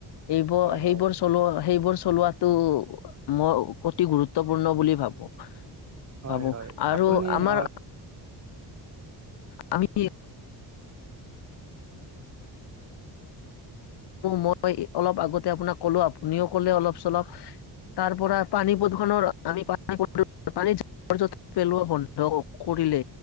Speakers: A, on the left (about 65°); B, on the right (about 35°).
A: এইবো
B: হয়
A: সেইবোৰছ।
B: হয়
A: চলোৱা সেইবোৰ চলোৱাটো মই অতি গুৰুত্বপূৰ্ণ বুলি ভাবো।
B: হয়
A: ভাবো
B: হয়
A: আৰু
B: আপুনি
A: আমাৰ
B: অ।
A: <unintelligible> <inaudible> মই অলপ আগতে আপোনাক কলো আপুনিও কলে অলপ চলপ। তাৰ পৰা পানী প্ৰদূষণৰ আমি। <unintelligible> <inaudible> পেলোৱা বন্ধ কৰিলে